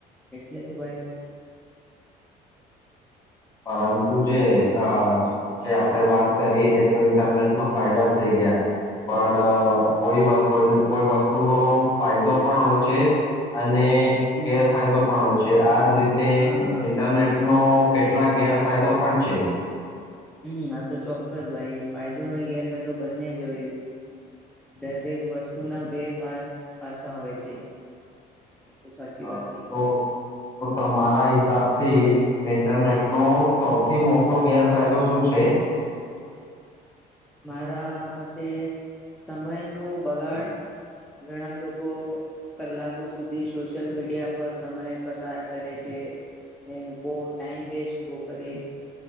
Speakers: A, in the centre; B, on the left.
A: એટલે તો ભાઈ
B: પરંતુ જે અ જે આપડે વાત કરી એ તો ઇન્ટરનેટમાં ફાયદા થઈ ગયા પણ અ કોઈ મ કોઈન કોઈ વસ્તુ નો ફાયદો પણ હોય છે અ અને
A: હમ
B: ગેરફાયદો પણ હોય છે આજ રીત તે
A: હા
B: ઇન્ટરનેટ નો કેટલાક ગેરફાયદો પણ છે.
A: હમ આ તો ચોક્કસ ભાઈ ફાયદો અને ગેરફાયદો બંને જ હોય દરેક વસ્તુના બે પાસ પાસા હોય છે. એ તો સાચી
B: હા
A: વાત કીધી
B: તો તમારા હિસાબથી ઇન્ટરનેટનો સૌથી મોટો ગેરફાયદો શું છે?
A: મારા મતે સમયનો બગાડ ઘણા લોકો કલાકો સુધી સોશિયલ મીડિયા પર સમય પસાર કરે છે ને બહુ ટાઈમ વેસ્ટ બહુ કરે